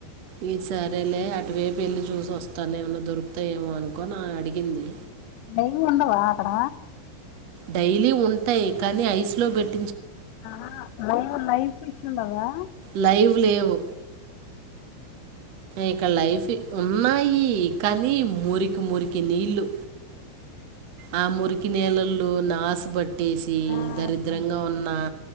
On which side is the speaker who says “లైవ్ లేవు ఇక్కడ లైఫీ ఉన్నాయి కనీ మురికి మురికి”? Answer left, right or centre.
Right